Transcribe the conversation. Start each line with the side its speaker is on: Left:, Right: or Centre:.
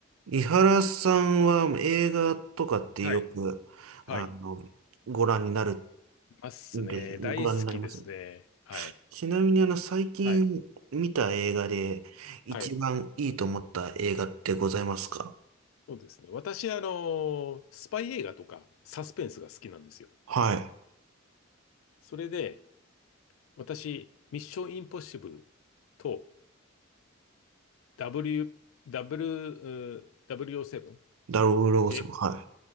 Right: 井原さんは映画とかってよく、
Left: はい。はい。
Right: あの、
Left: い
Right: ご覧になる
Left: ますね。
Right: んで、
Left: 大好きですね。
Right: ご覧になります
Left: はい。
Right: ちなみにあの、最近見た映画で一番いいと思った映画ってございますか
Left: はい。はい。そうですね。私、あの、スパイ映画とかサスペンスが好きなんですよ。
Right: はい。
Left: それで、私、ミッションインポッシブルと W、W、うー W07、
Right: 0ブ7は
Left: ジェ、